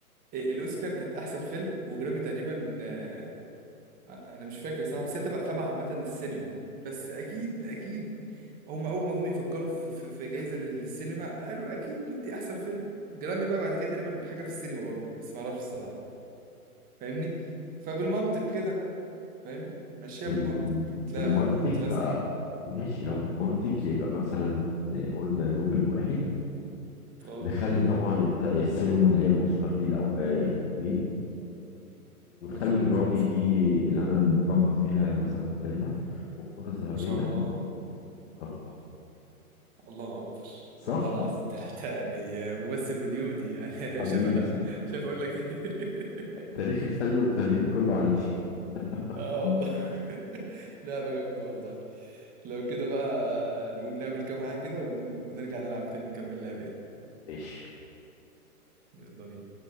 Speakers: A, on the right; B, on the left.
A: إيه، الاوسكار كانت احسن فيلم وجرامي تقريبا آه، انا مش فاكر صراحه بس هي تبع تبع عامه السينما بس اكيد اكيد هم اول ما جم يفكروا في في, في جائزه للسينما قالوا اكيد ندي احسن فيلم جرامي بقى بعد كده تقريبا حاجه في السينما برضه بس ما اعرفش الصراحه فاهمني فبالمنطق كده فاهم مشيها
B: بالم-
A: بالمنطق هتلاقي
B: بالمنطق
A: هتلاقي سهل
B: ماشي لو
A: اه
B: بالمنطق يبقى مثلا آه، قلنا نوبل واحد
A: اه
B: نخلي طبعا بتاع السينما اللي هي الاوسكار دي الأو... آه، اتنين ونخلي
A: مظبوط
B: جرامي دي اللي انا متلخبط فيها مثلا ثلاثة والكرة الذهبية
A: ما شاء الله
B: أربعة
A: الله اكبر
B: صح
A: والله العظيم ثلاثه يعني ممثل هوليودي يعني <laughs> انا
B: حبيبي
A: مش عارف <laughs> مش عارف اقول لك ايه
B: تاريخ
A: <laughs>
B: الفن والفنانين كله عندي
A: اه
B: <laughs>
A: والله <laughs> لعبة جامدة والله لو كده بقى نقوم نعمل كام حاجة كده ون- ونرجع نلعب تاني نكمل لعب يعني
B: ماشي
A: يلا بينا